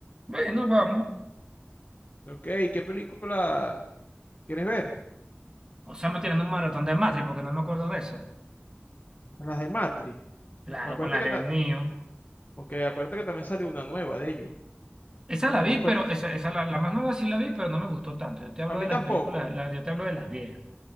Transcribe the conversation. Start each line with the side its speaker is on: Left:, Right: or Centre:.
Right: Bueno, vamos.
Left: Ok, ¿qué película quieres ver?
Right: O sea, me tirando un maratón de Matrix porque no me acuerdo de esa.
Left: Las de Matrix.
Right: Claro,
Left: Acuérdate
Right: con las
Left: que,
Right: de
Left: ta-
Right: Neo.
Left: ok, acuérdate que también salió una nueva de ellos,
Right: Esa la
Left: que
Right: vi,
Left: no fue...
Right: pero esa, esa la, la más nueva sí la vi, pero no me gustó tanto. Yo te hablo
Left: A mí
Right: de las
Left: tampoco.
Right: películas, la- yo te hablo de las viejas.